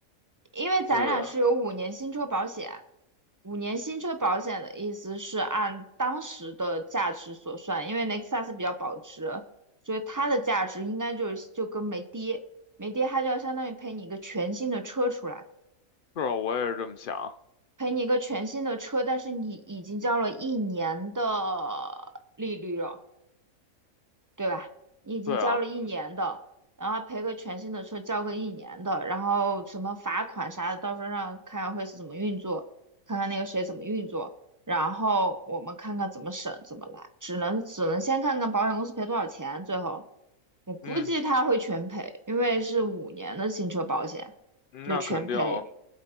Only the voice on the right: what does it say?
因为咱俩是有五年新车保险，
五年新车保险的意思是按当时的价值所算，因为雷克萨斯比较保值，所以它的价值应该就是就跟没跌，没跌它就要相当于赔你一个全新的车出来，
赔你一个全新的车，但是你已经交了一年的利率了。对吧？你已经交了一年的，
然后赔个全新的车，交个一年的，然后什么罚款啥的，到时候让看看会是怎么运作，看看那个谁怎么运作，然后我们看看怎么审怎么来，只能只能先看看保险公司赔多少钱，最后我估计他会全赔，
因为是五年的新车保险，
对，全赔。